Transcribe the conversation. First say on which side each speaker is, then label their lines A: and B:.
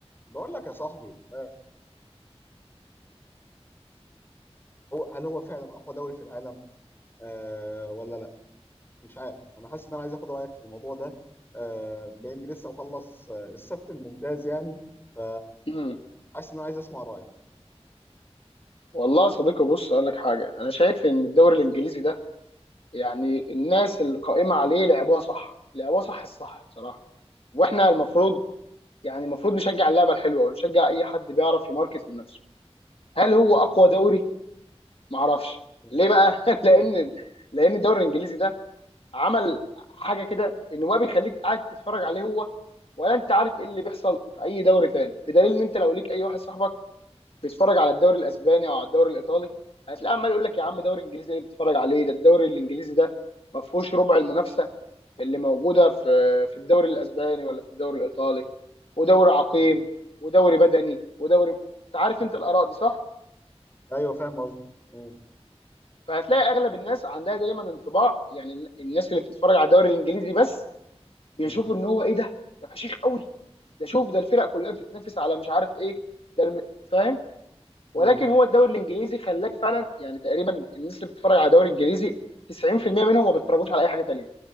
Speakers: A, on the left (about 20°); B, on the left (about 60°).
A: بقول لك يا صاحبي آه، هو هل هو فعلا اقوى دوري في العالم أه ولا لا مش عارف انا حاسس ان انا عايز اخد رايك في الموضوع ده أه باني لسه مخلص آه، السبت الممتاز يعني ف
B: مم.
A: حاسس ان انا عايز اسمع رايك
B: والله يا صديقي بص اقول لك حاجه انا شايف ان الدوري الانجليزي ده يعني الناس القائمه عليه لعبوها صح لعبوها صح الصح بصراحه واحنا المفروض
A: م-
B: يعني المفروض نشجع اللعبه الحلوه ونشجع اي حد بيعرف يماركت لنفسه هل هو
A: م-
B: اقوى دوري ما اعرفش
A: م-
B: ليه بقى <laughs> لان
A: م-
B: لان الدوري الانجليزي ده عمل حاجه كده انه ما بيخليك قاعد تتفرج عليه هو ولا انت عارف ايه اللي بيحصل في اي دوري تاني بدليل ان انت لو ليك اي واحد صاحبك بيتفرج على الدوري الاسباني او على الدوري الايطالي هتلاقيه عمال يقول لك
A: م- م-
B: يا عم دوري انجليزي ايه بتتفرج عليه ده الدوري الانجليزي ده ما فيهوش ربع المنافسه اللي موجوده في في الدوري الاسباني ولا في الدوري الايطالي ودوري عقيم
A: م-
B: ودوري بدني ودوري انت عارف
A: م-
B: انت الاراء دي صح
A: ايوه فاهم قصدي م-
B: فهتلاقي اغلب الناس عندها دايما انطباع يعني الن- الناس اللي بتتفرج على الدوري الانجليزي بس بيشوفوا
A: م-
B: ان هو ايه ده ده فشيخ قوي ده شوف ده الفرق كلها بتتنافس على مش عارف ايه ده الم... فاهم ولكن
A: م-
B: هو الدوري الانجليزي خلاك فعلا يعني تقريبا الناس اللي بتتفرج على الدوري الانجليزي 90% منهم ما بيتفرجوش على اي حاجه تانيه